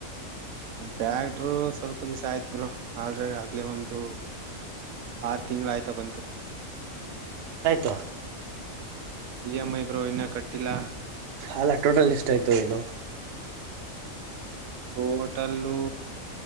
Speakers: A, on the right; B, on the right.
A: ಟ್ಯಾಕ್ಟ್ರು ಸ್ವಲ್ಪ ದಿವಸ ಆಯ್ತ್ ಬ್ರೋ ಆಲ್ರ್ ಆಗ್ಲೇ ಒಂದು ಆರು ತಿಂಗಳು ಆಯ್ತಾ ಬಂತು.
B: ಎಷ್ಟಾಯ್ತು
A: ಈ ಎಮ್ ಐ ಬ್ರೋ ಇನ್ನ ಕಟ್ ಟಿಲ್ಲ.
B: ಅಲ್ಲ ಟೋಟಲ್ ಎಷ್ಟ ಆಯ್ತು ಏನು?
A: ಟೋಟಲ್ಲು